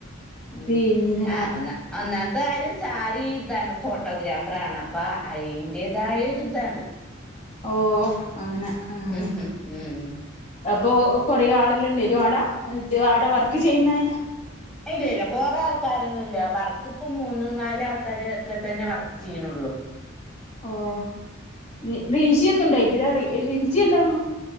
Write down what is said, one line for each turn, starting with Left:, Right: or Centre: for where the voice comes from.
Centre: ഉം
Left: പിന്നെ
Centre: ആ ഒന്ന ഒന്നാമത്തെ കാര്യം സാറി ഇതാണ് ഫോട്ടോഗ്രാഫറ ആാണ് അപ്പൊ അതിന്റേതായരി ഇതാണ്
Left: ഓ അങ്ങനെ ആഹ്
Centre: ഉം ഉം ഉം
Left: അപ്പോ കൊറേ ആളുല്ലേ <unintelligible> ആട ഇത് ആട വർക്ക് ചെയ്യുന്നേ
Centre: ഇല്ല ഇല്ല കൊറെ ആൾക്ക ആൾക്കാരൊന്നുല്ല വർക്ക്പ്പ മൂന്ന് നാല് ആൾക്കാര് ഒക്കെ തന്നെ വർക്ക് ചെയ്യണ്ള്ളൂ
Left: ഓഹ് ഈശ് ചച്ചിയൊന്നും ഉണ്ടായിട്ടില്ലില്ല ചച്ചിയ എല്ലാം